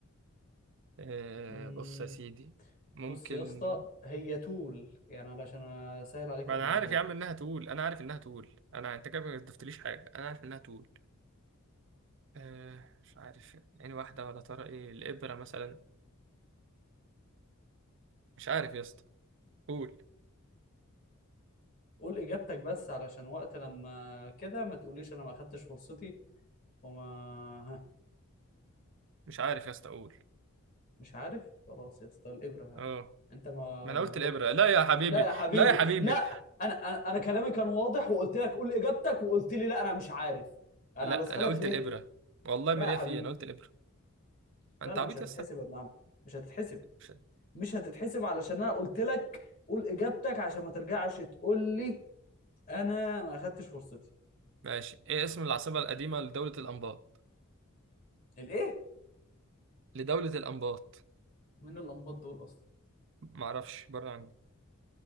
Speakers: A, on the right; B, on the left.
A: أه
B: مم،
A: بص يا سيدي ممكن
B: بص يا اسطى هي تول يعني علشان اسهل عليك
A: ما
B: الموضوع
A: أنا عارف يا عم إنها تقول أنا عارف إنها تقول أنا أنت كده ما ضفتليش حاجة أنا عارف إنها تقول أه مش عارف عين واحدة ولا ترى إيه الإبرة مثلا مش عارف يا اسطى قول
B: قول اجابتك بس علشان وقت لما كده ما تقوليش انا ما اخدتش فرصتي وما ها
A: مش عارف يا اسطى قول
B: مش عارف خلاص يا اسطى الابره ها
A: أه
B: انت ما
A: ما أنا
B: ما
A: قلت
B: جاوبتش
A: الإبرة لا يا حبيبي
B: لا يا حبيبي
A: لا يا حبيبي
B: لا انا انا انا كلامي كان واضح وقلت لك قول اجابتك وقلت لي لا انا مش عارف انا
A: لا
B: بسالك
A: أنا قلت
B: ليه
A: الإبرة والله
B: لا
A: ما
B: يا
A: ليا
B: حبيبي
A: فيه أنا قلت الإبرة
B: لا
A: أنت
B: لا
A: عبيط
B: مش هتتحسب
A: يا اسطى
B: يا ابن عم مش هتتحسب
A: مش-
B: مش هتتحسب علشان انا قلت لك قول اجابتك عشان ما ترجعش تقول لي انا ما اخدتش فرصتي
A: ماشي إيه اسم العاصمة القديمة لدولة الأنباط
B: الايه
A: لدولة الأنباط
B: من الانباط دول اصلا
A: معرفش بره عني